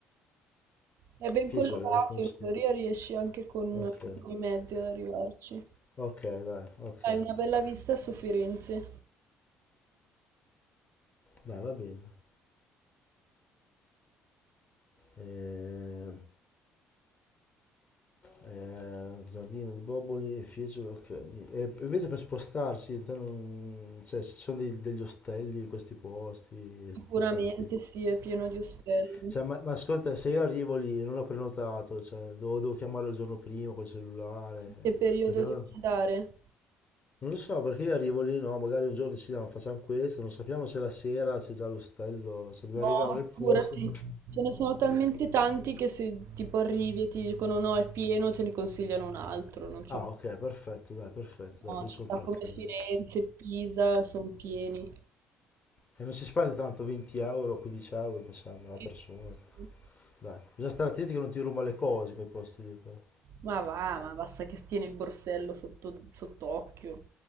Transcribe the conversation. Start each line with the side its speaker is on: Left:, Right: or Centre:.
Right: È ben
Left: Fiesole,
Right: collocato,
Left: come
Right: in
Left: si chiama?
Right: teoria riesci anche con,
Left: Ok,
Right: con i mezzi ad arrivarci.
Left: ok, dai, ok,
Right: Hai una bella vista su Firenze.
Left: dai, va bene. Ehm, eh, giardino di Boboli, Fiesole, ok. E invece per spostarsi, te non- cioè, se ci sono dei- degli ostelli in questi posti,
Right: Sicuramente
Left: posti tranquilli.
Right: sì, è pieno di ostelli.
Left: Cioè, ma, ma secondo te, se io arrivo lì e non ho prenotato, cioè, devo, devo chiamarlo il giorno prima col cellulare,
Right: Che periodo
Left: perché
Right: devi
Left: non...
Right: andare?
Left: Non lo so, perché io arrivo lì, no, magari un giorno decidiamo, facciamo questo, non sappiamo se la sera c'è già l'ostello, se dobbiamo
Right: No,
Left: arrivare nel posto.
Right: figurati, ce ne sono talmente tanti che se tipo arrivi e ti dicono no, è pieno, te ne consigliano un altro, non c'è
Left: Ah, ok, perfetto, dai, perfetto,
Right: no,
Left: dai, così
Right: città
Left: sono tranquillo,
Right: come Firenze,
Left: dai.
Right: Pisa, sono pieni.
Left: E non si spende tanto, 20 euro, 15 euro, mi sembra, la
Right: Sì,
Left: persona.
Right: sì.
Left: Dai, bisogna stare attenti che non ti ruba le cose quei posti lì, però.
Right: Ma va, ma basta che tieni il borsello sotto, sott'occhio.